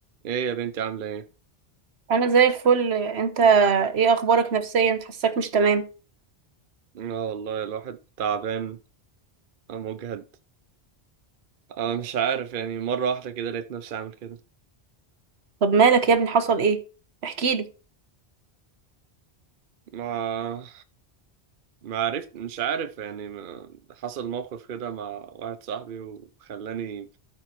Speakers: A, on the right; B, on the right.
A: ايه يا بنتي عاملة ايه؟
B: انا زي الفل انت ايه اخبارك نفسيا حاساك مش تمام
A: اه والله الواحد تعبان مجهد اه مش عارف يعني مرة واحدة كده لقيت نفسي عامل كده
B: طب مالك يا ابني حصل ايه احكيلي
A: ما ما عرفت مش عارف يعني ما- حصل موقف كده مع واحد صاحبي وخلاني